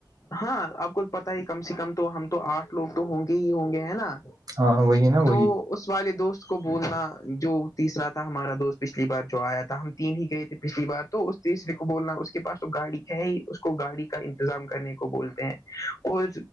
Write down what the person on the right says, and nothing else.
ہاں وہی نا
وہی